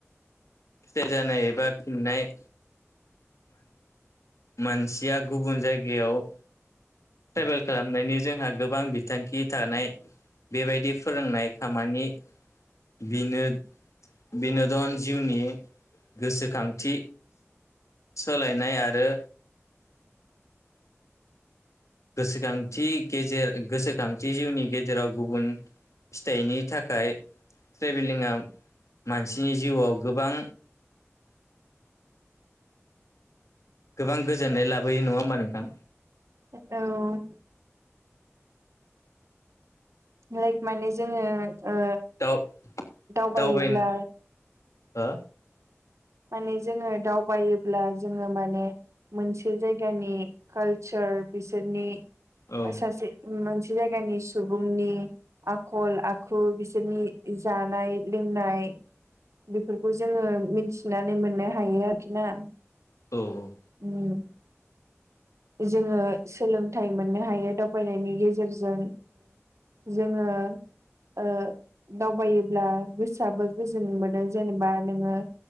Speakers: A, on the left; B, on the right.
A: फिथाइ जानाय एबा फिननाय मानसिया गुबुन जायगायाव ट्रेभेल खालामनायनि जोंहा गोबां बिथांखि थानाय बेबायदि फोरोंनाय खामानि बिनो बिन'दन जिउनि गोसोखांथि सोलायनाय आरो गोसोखांथि गेजेर गोसोखांथि जिउनि गेजेराव गुबुन फिथाइनि थाखाय ट्रेभेलिंआ मानसिनि जिउआव गोबां गोबां गोजोननाय लाबोयो नङा होमबा नोंथां
B: औ लाइक माने जोङो ओ
A: दाउ
B: दावबायोब्ला
A: दावबायनो हो
B: माने जोङो दावबायोब्ला जोङो माने मोनसे जायगानि कालचार बिसोरनि
A: औ
B: सासे मोनसे जायगानि सुबुंनि आखल आखु बिसोरनि जानाय लोंनाय बेफोरखौ जोङो मिथिनानै मोननो हायो आरोखि ना
A: औ औ
B: उम जोङो सोलोंथाइ मोननो हायो दावबायनायनि गेजेरजों जोङो ओ दावबायोब्ला गोसोआबो गोजोन मोनदों जेनेबा नोङो।